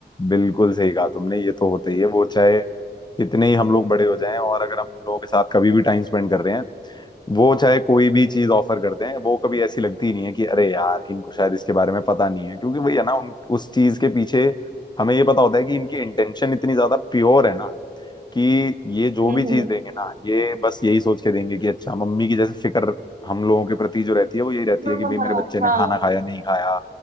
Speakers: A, on the left; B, on the right.
A: बिल्कुल सही कहा तुमने ये तो होता ही है वो चाहे कितने ही हम लोग बड़े हो जाएं और अगर हम उन लोगों के साथ कभी भी टाइम स्पेंड कर रहे हैं वो चाहे कोई भी चीज ऑफर कर दें वो कभी ऐसी लगती नहीं है कि अरे यार इनको शायद इसके बारे में पता नहीं है क्योंकि वही है ना उन उस चीज के पीछे हमें ये पता होता है कि इनकी इंटेंशन इतनी ज्यादा प्योर है ना कि ये जो
B: हम्म
A: भी चीज
B: हम्म
A: देंगे ना ये बस यही सोच के देंगे कि अच्छा मम्मी की जैसे फिक्र हम लोगों के प्रति जो रहती है वो यही रहती
B: हाँ
A: है कि
B: हाँ
A: भाई मेरे
B: हाँ
A: बच्चे ने
B: हाँ
A: खाना खाया नहीं खाया